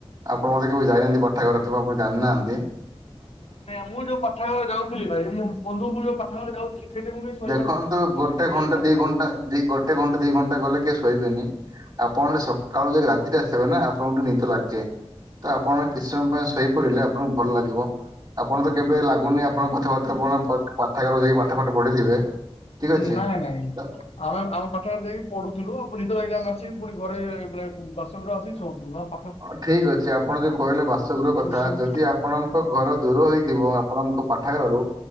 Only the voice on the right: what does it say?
ଆପଣ ବୋଧେ କେବେ ଯାଇନାହାନ୍ତି ପାଠାଗାର ଏଥିପାଇଁ ଆପଣ ଜାଣନାହାନ୍ତି।
କଣ
ତ
ଗୋଟେ
ଘଣ୍ଟା
ଦି
ଘଣ୍ଟା ଦି ଗୋଟେ ଘଣ୍ଟା ଦି ଘଣ୍ଟା ଗଲେ କିଏ ଶୋଇବେନି। ଆପଣ ସକାଳୁ ଯାଇକି ରାତିଟା ଆସିବେ ନା ଆପଣଙ୍କୁ ଟିକେ ନିଦ ଲାଗିଯାଏ ତ ଆପଣ କିଛି ସମୟ ପାଇଁ ଶୋଇପଡ଼ିଲେ ଆପଣଙ୍କୁ ଭଲ ଲାଗିବ ଆପଣ ତ କେବେ ଲାଗୁନି ଆପଣଙ୍କ <unintelligible> କଥା ଆପଣ ପ ପାଠାଗାରକୁ ଯାଇକି ପାଠ ଫାଟ ପଢିଥିବେ ଠିକ ଅଛି।
ତ
ହଁ ଠିକ ଅଛି ଆପଣ ଯୋଉ କହିଲେ ବାସଗୃହ କଥା
ଯଦି ଆପଣଙ୍କ ଘର ଦୂର ହେଇଥିବ ଆପଣ ଙ୍କ ପାଠାଗାରରୁ